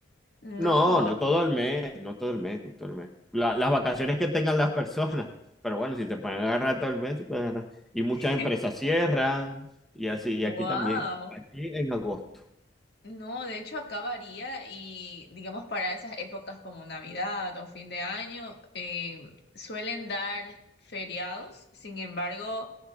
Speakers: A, on the left; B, in the centre.
A: No,
B: No, no todo el mes, no todo el mes, no todo el mes. La- las vacaciones que tengan las personas, <laughs> pero bueno, si se pueden agarrar todo el mes, se pueden agarrar. Y muchas
A: <laughs>
B: empresas cierran y así,
A: wow.
B: y aquí también, aquí en agosto.
A: No, de hecho acá varía y digamos para esas épocas como Navidad o fin de año eh, suelen dar feriados, sin embargo...